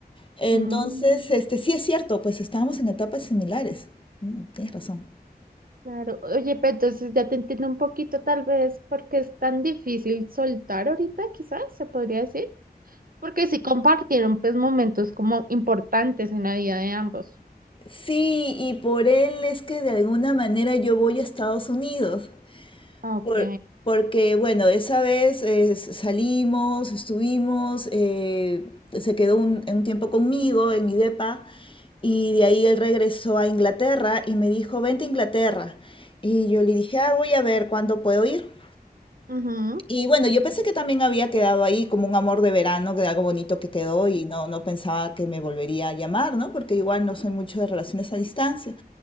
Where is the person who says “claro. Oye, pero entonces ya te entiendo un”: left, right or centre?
Right